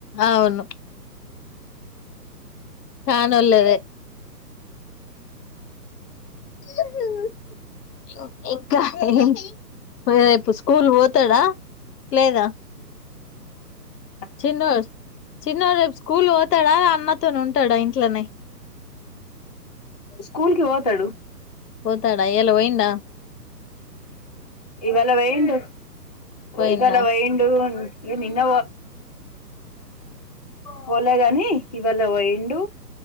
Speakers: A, on the left; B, on the left.
A: ఆవును కానోళ్లదే ఉ హు ఇంకా ఏం పొయ్యే రేపు స్కూల్ పోతాడా లేదా
B: ఆ
A: చిన్నో చిన్నో రేపు స్కూల్ పోతాడా అమ్ తాను ఉంటాడ ఇంట్లోనే
B: స్కూల్ కి పోతాడు
A: పోతాడా ఇయ్యాల పోయిడా
B: ఇవాళ పోయిండు
A: పోయిండా
B: ఇవాళ పోయిండు ఇగ నిన్న పోలేగాని ఇవాళ పొయిండు